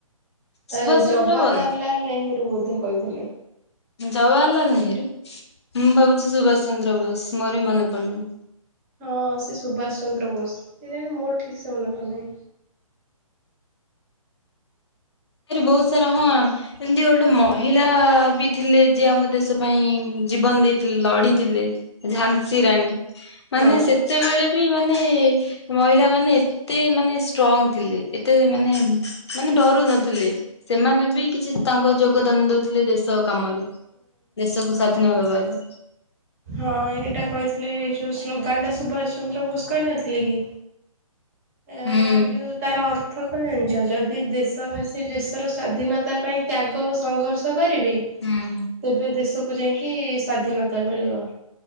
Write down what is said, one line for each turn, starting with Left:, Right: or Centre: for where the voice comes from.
Left: ସୁଭାଷ
Right: ଏ ଜବାହାରଲାଲ
Left: ଚନ୍ଦ୍ର ବୋଷ ନା
Right: ନେହେରୁ ବୋଧେ କହିଥିଲେ।
Left: ଜବାହାରଲାଲ ନେହେରୁ ମୁଁ ଭାବୁଛି ସୁଭାଷ ଚନ୍ଦ୍ର ବୋଷ ମୋର ବି ମନେ ପଡୁନି।
Right: ହଁ ସେ ସୁଭାଷ ଚନ୍ଦ୍ର ବୋଷ କେ ଜାଣେ ମୋର ଠିକ୍ ସେ ମନେ ପଡୁନି।
Left: ବହୁତ ସାରା ହଁ। ଏମିତି ଗୋଟେ ମହିଳା ବି ଥିଲେ ଯିଏ ଆମ ଦେଶ ପାଇଁ ଜୀବନ ଦେଇଥିଲେ ଲଢିଥିଲେ। ଝାନ୍ସୀ
Right: ହଁ
Left: ରାଣୀ ମାନେ
Right: ହୁଁ।
Left: ସେତେବେଳେ ବି ମାନେ ମହିଳା ମାନେ ଏତେ ମାନେ ଷ୍ଟ୍ରଙ୍ଗ ଥିଲେ ଏତେ ମାନେ ମାନେ ଡରୁନ ଥିଲେ ସେମାନେ ବି କିଛି ତାଙ୍କ ଯୋଗଦାନ ଦଉଥିଲେ ଦେଶ କାମରେ। ଦେଶକୁ ସ୍ଵାଧୀନ ଦେବାରୁ।
Right: ହଁ ଏଇଟା କହିଥିଲେ ଏ ଯୋଉ ସ୍ଲୋଗାନ ଟା ସୁଭାଷ ଚନ୍ଦ୍ର ବୋଷ କହିନଥିଲେ କି? ଏହାର
Left: ହୁଁ
Right: ଯୋଉ ତାର ଅର୍ଥ କଣ ଜାଣିିଛ, ଯଦି ଦେଶ ସେ ଦେଶର ସ୍ୱାଧୀନତା ପାଇଁ ତ୍ୟାଗ ଓ ସଂଘର୍ଷ କରିବି,
Left: ହୁଁ।
Right: ତେବେ ଦେଶକୁୁ ଯାଇକି ସ୍ଵାଧୀନତା ମିଳିବ।